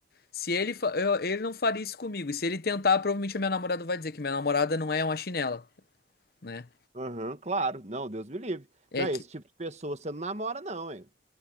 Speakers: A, on the left; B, on the right.
A: Se ele, fa- eu- ele não faria isso comigo, e se ele tentar, provavelmente a minha namorada vai dizer que minha namorada não é uma chinela, né?
B: Aham, claro. Não, Deus me livre.
A: É
B: Não, esse tipo de pessoa você não namora, não, hein?